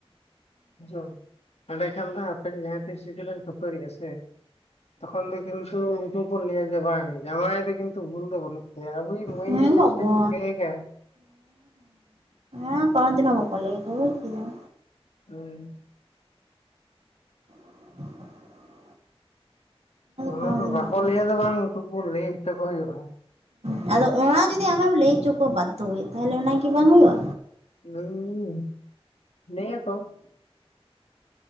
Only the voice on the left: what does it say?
ᱵᱩᱡᱷᱟᱹᱣ᱾ ᱮᱸᱰᱮ ᱠᱷᱟᱱ ᱫᱚ ᱦᱟᱯᱮᱱ ᱡᱟᱦᱟᱸ ᱛᱤᱥ ᱡᱩᱫᱤ ᱞᱟᱝ ᱠᱷᱟᱹᱯᱟᱹᱨᱤᱜᱼᱟ ᱥᱮ ᱛᱚᱠᱷᱚᱱ ᱫᱚ ᱠᱤᱱᱛᱩ ᱩᱱᱠᱩ ᱠᱚ ᱞᱟᱹᱭᱟ ᱡᱮ ᱵᱟᱝ ᱡᱟᱸᱣᱟᱭ ᱫᱚ ᱠᱤᱱᱛᱩ ᱵᱷᱩᱞ ᱫᱚ ᱵᱟᱹᱱᱩᱜ ᱜᱮᱭᱟ ᱟᱵᱚᱭᱤᱜ ᱢᱟᱹᱭ
ᱜᱮᱪᱚ
ᱪᱮᱫ ᱠᱚᱭ ᱪᱤᱠᱟᱹᱭ ᱫᱟ,
ᱦᱳᱭ᱾
ᱚᱱᱟ
ᱫᱚ
ᱵᱟᱠᱚ
ᱞᱟᱹᱭᱟᱫᱚ
ᱵᱟᱝ ᱩᱱᱠᱩ ᱯᱩᱨ ᱞᱟᱹᱭ ᱦᱚᱪᱚᱠᱚ ᱦᱩᱭᱩᱜᱼᱟ᱾
ᱦᱩᱸ <unintelligible> ᱞᱮᱭᱟ ᱠᱚ